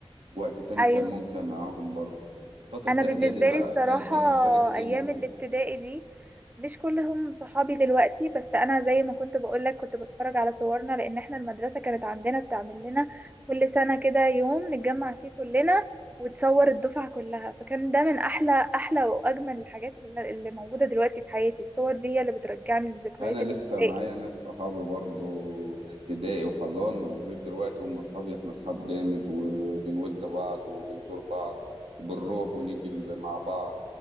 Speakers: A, on the right; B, on the right.
A: ووقت تاني
B: ايوه
A: كان ممتع معاهم برضو فتره
B: انا
A: اعدادي
B: بالنسبه
A: بقى
B: لي بصراحه
A: كانت بالنسبه لك ايه
B: ايام
A: مثلا
B: الابتدائي دي مش كلهم صحابي دلوقتي بس انا زي ما كنت بقولك كنت بتفرج على صورنا لان احنا المدرسه كانت عندنا بتعمل لنا كل سنه كده يوم نتجمع فيه كلنا وتصور الدفعه كلها فكان ده من احلى احلى واجمل الحاجات اللي اللي موجوده دلوقتي في حياتي الصور دي هي اللي بترجعني لذكريات
A: انا
B: الابتدائي
A: لسه معايا ناس صحابي برضو من ابتدائي وحضانة لغاية دلوقتي هم اصحابي احنا اصحاب جامد وبنود بعض وبنزور بعض وبنروح ونيجي ال- مع بعض